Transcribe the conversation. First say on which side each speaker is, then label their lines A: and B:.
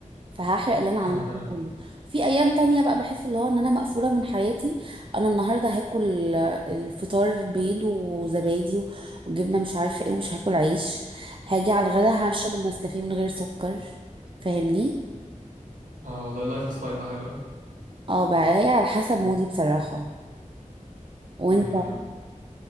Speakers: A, on the right; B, on the right.
A: فهحرق اللي انا
B: اه
A: عملته ده كله في ايام تانية بقى بحس اللي هو ان انا مقفوله من حياتي انا النهارده هاكل الفطار بيض وزبادي وجبنه مش عارفه ايه ومش هاكل عيش هاجي على الغدا هشرب النسكافيه من غير سكر فاهمني
B: آه، والله اللايف ستايل ده حلو أوي
A: اه بقى هي على حسب مودي
B: <laughs>
A: بصراحه وانت
B: مهم.